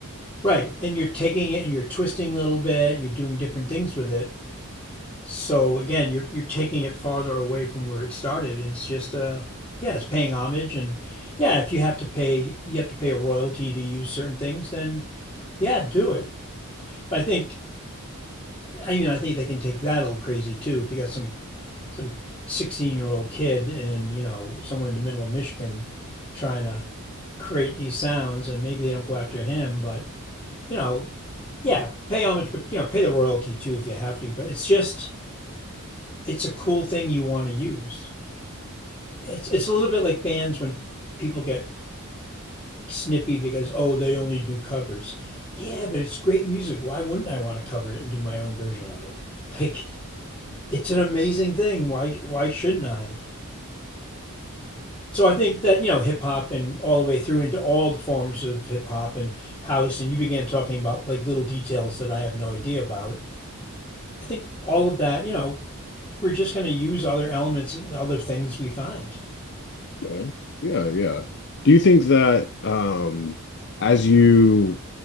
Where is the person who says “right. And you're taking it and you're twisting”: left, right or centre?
Left